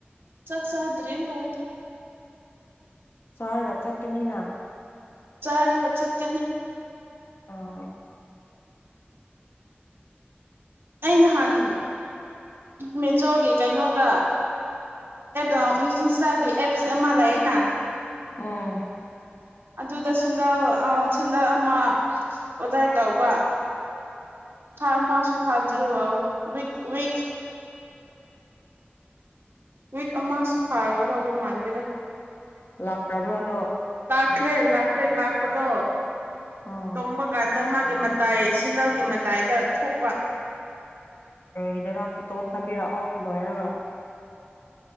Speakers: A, on the right; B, on the left.
A: ꯆꯥꯛ ꯆꯥꯗ꯭ꯔꯤ ꯍꯣꯏ <inaudible>
B: ꯆꯥꯔꯒ ꯆꯠꯀꯅꯤꯅ
A: ꯆꯥꯒ ꯆꯠ ꯀꯅꯤ
B: ꯑꯥ
A: ꯑꯩ ꯅꯍꯥꯟ ꯃꯦꯖꯣꯒꯤ ꯀꯩꯅꯣꯗ ꯑꯦꯞ ꯏꯟꯁꯇꯥꯒꯤ ꯑꯦꯞꯁꯦ ꯑꯃ ꯂꯩꯌꯦꯅꯦ
B: ꯎꯝ
A: ꯑꯗꯨꯗ ꯁꯦꯟꯗꯜ ꯑꯥ ꯁꯦꯟꯗꯜ ꯑꯃ ꯑꯣꯖꯥꯏ ꯇꯧꯕ ꯊꯥ ꯑꯃꯥꯁꯨ ꯐꯥꯗꯔꯤ <unintelligible> ꯋꯤꯛ ꯑꯃꯁꯨ ꯐꯥꯔꯒ ꯂꯧꯕ ꯃꯥꯥꯟꯗ‌ꯦꯗ
B: ꯂꯥꯛ꯭ꯔꯕ꯭ꯔꯣꯗꯣ
A: <unintelligible> ꯐꯦ ꯂꯥꯛꯄꯗꯣ
B: ꯑꯥ
A: ꯇꯣꯡꯝꯕ ꯀꯥꯟꯗ ꯃꯥ ꯒꯤ ꯃꯇꯥꯏ ꯁꯦꯟꯗꯜꯒꯤ ꯃꯇꯥꯏꯗ ꯊꯣꯛꯄ
B: ꯑꯩ ꯏꯗꯔ ꯐꯨꯇꯣ ꯊꯝꯕꯤꯔꯛꯑꯣ ꯂꯣꯏꯔꯒꯥ